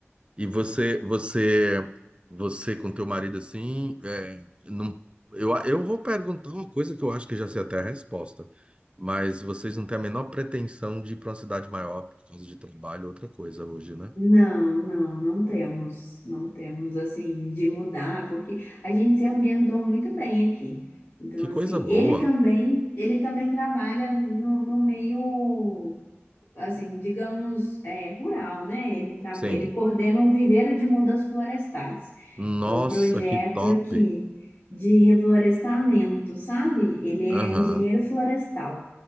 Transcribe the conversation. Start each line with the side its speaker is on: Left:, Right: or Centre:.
Right: E você, você, você com teu marido assim, é, não, eu, eu vou perguntar uma coisa que eu acho que já sei até a resposta, mas vocês não têm a menor pretensão de ir para uma cidade maior por causa de trabalho, outra coisa hoje, né?
Left: Não, não, não temos, não temos assim de mudar, porque a gente se ambientou muito bem aqui. Então,
Right: Que
Left: assim,
Right: coisa boa.
Left: ele também, ele também trabalha no, no meio, assim, digamos, é, rural, né? Ele, tra-
Right: Sim.
Left: ele coordena um viveiro de mudas florestais,
Right: Nossa,
Left: que é o projeto
Right: que top.
Left: aqui de reflorestamento, sabe? Ele é
Right: Aham.
Left: engenheiro florestal.